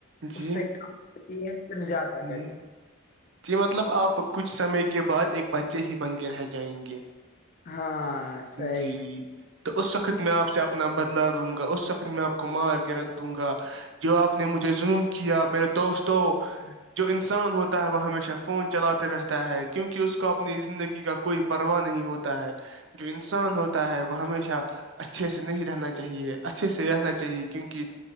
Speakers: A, on the right; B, on the left.
A: جی
B: اس سے کم کرتی ہے پھر زیادہ
A: جی
B: گر بھی <unintelligible>
A: جی مطلب آپ کچھ سمے کے بعد ایک بچے ہی بن کے رہ جائیں گے
B: ہاں سی
A: جی تو اس وقت میں آپ سے اپنا بدلا دوں گا اس وخت میں آپ کو مار کے رکھ دوں گا جو آپ نے مجھے ظلم کیا میرے دوستوں جو انسان ہوتا ہے وہ ہمیشہ فون چلاتے رہتا ہے کیونکہ اس کو اپنی زندگی کا کوئی پرواہ نہیں ہوتا ہوتا ہے جو انسان ہوتا ہے وہ ہمیشہ اچھے سے نہیں رہنا چاہیے اچھے سے رہنا چاہیے کیونکہ